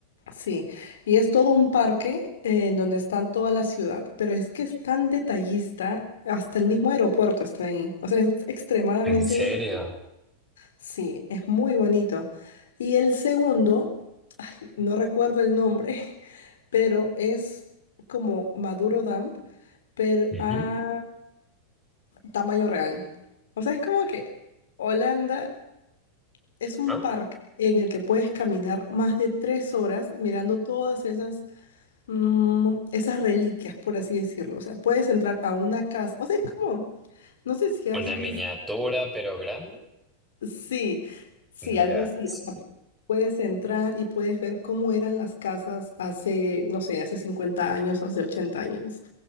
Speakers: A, on the left; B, in the centre.
A: Sí, y es todo un parque eh, en donde están toda la ciudad, pero es que es tan detallista, hasta el mismo aeropuerto está ahí. O sea, es extremadamente,
B: ¿En serio?
A: sí, es muy bonito. Y el segundo, no recuerdo el nombre, <laughs> pero es como Maduro Dump, pero
B: Ujú.
A: a tamaño real. O sea, es como que Holanda es un
B: ¿Ah?
A: parque en el que puedes caminar más de tres horas mirando todas esas mm, esas reliquias, por así decirlo. O sea, puedes entrar a una casa. O sea, es como, no sé si has
B: ¿Una
A: visto,
B: miniatura pero grande?
A: sí, sí,
B: Ya.
A: algo así.
B: Sí.
A: O sea, puedes entrar y puedes ver cómo eran las casas hace, no sé, hace 50 años, hace 80 años.